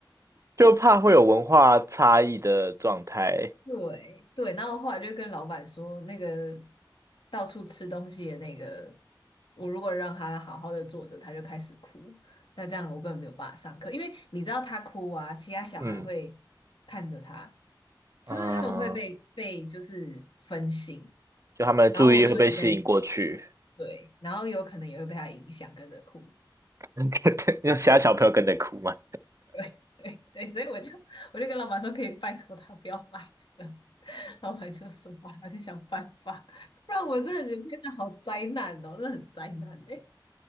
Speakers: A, on the right; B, on the left.
A: 就怕会有文化差异的状态。
B: 对对，然后后来就跟老板说，那个到处吃东西的那个，我如果让他好好的坐着，他就开始哭，那这样我根本没有办法上课，因为你知道他哭啊，其他小孩会看着他，
A: 嗯嗯，
B: 就是他们会被被就是分心，
A: 就他们的注意力会被吸引过去。
B: 然后我就一个人，对，然后有可能也会被他影响跟着哭。
A: <laughs> 有其他小朋友跟着哭吗？
B: <laughs> 对对对，所以我就我就跟老板说，可以拜托他不要来了。<laughs> 老板就说好，他就想办法，不然我真的觉得天哪，好灾难哦，真的很灾难哎、